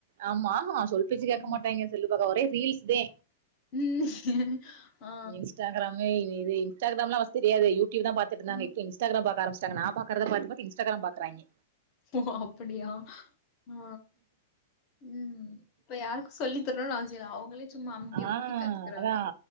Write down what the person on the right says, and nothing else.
ஆமா சொல் பேச்சு கேட்க
மாட்டாங்க செல்லு பாக்க ஒரே ரீல்ஸ் தே
இன்ஸ்டாகிராமு இது இன்ஸ்டாகிராம்லா ஃபர்ஸ்ட் தெரியாது யுடியூப் தா பாத்துட்டு இருந்தாங்க
இப்ப இன்ஸ் டாகிரம் பாக்க ஆரம்பிச்சுட்டாங்க நா பாக்கறத பாத்து பாத்து இன்ஸ்டாகிரம் பாக்கறாங்க
ஆ
அதா